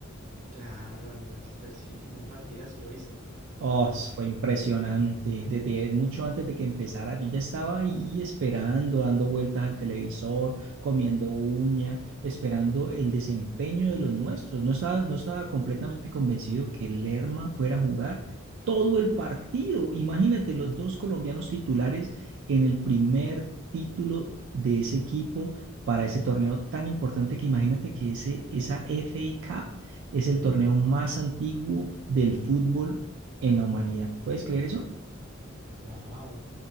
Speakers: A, on the right; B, on the right.
A: Claro, al Manchester City, fue un partidazo, ¿lo viste?
B: Oh, fue impresionante. Desde mucho antes de que empezara, yo ya estaba ahí esperando, dando vueltas al televisor, comiendo uña, esperando el desempeño de los nuestros. No estaba, no estaba completamente convencido que Lerma fuera a jugar todo el partido. Imagínate los dos colombianos titulares en el primer título de ese equipo para ese torneo tan importante que imagínate que ese, esa FA Cup es el torneo más antiguo del fútbol en la humanidad. ¿Puedes creer eso?
A: Wow. O